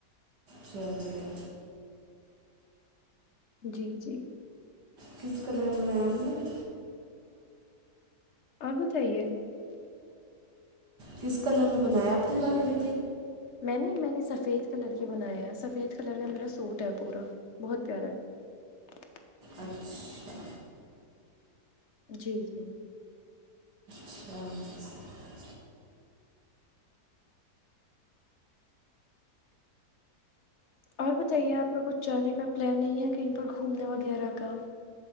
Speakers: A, on the right (about 85°); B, on the left (about 50°).
A: چاہ دیا
B: جی جی
A: تس کلر میںیر آپ نے <inaudible>
B: اور بتائیے
A: کس کلر میں بنایا آپ نے بقری
B: میں نے میں نے سب سفید کلر کے بناائے ہے سفید کلر کا میرا سوٹ ہے پورا بہت پیارا ہے
A: اچھا
B: جی جی
A: ا <inaudible>
B: اور بتائیے آپ کا کچھ جانے کا پلان نہیں ہے کہیں پر گھومنے وغیرہ کا